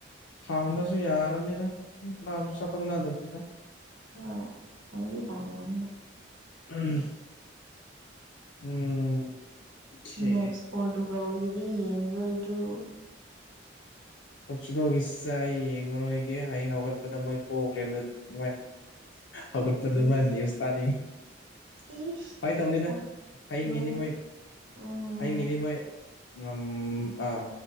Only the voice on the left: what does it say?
ꯍꯥꯡꯗ꯭ꯔꯁꯨ ꯌꯥꯔꯕꯅꯤꯗ ꯃꯥ ꯃꯁꯛ ꯈꯪꯅꯗꯕꯅꯤꯅ
<inaudible> ꯎꯝ ꯑꯣꯀꯦ
ꯄꯣꯔꯇꯨꯒꯜꯒꯤꯁꯦ ꯑꯩ ꯌꯦꯡꯉꯔꯣꯏꯒꯦ ꯍꯌꯦꯡ ꯍꯧꯒꯠꯄꯗ ꯃꯣꯏ ꯄꯣꯛꯈ꯭ꯔꯦꯕ <inaudible> ꯍꯧꯒꯠꯄꯗ
ꯗꯨꯃꯥꯅ ꯅ꯭ꯌꯨꯖ ꯇꯥꯅꯤꯡꯉꯤ
ꯐꯥꯏ ꯇꯧꯅꯤꯗ
ꯍꯌꯦꯡꯒꯤꯗꯤ
ꯃꯣꯏ
ꯍꯌꯦꯡꯒꯤꯗꯤ ꯃꯣꯏ ꯉꯝ ꯑꯥ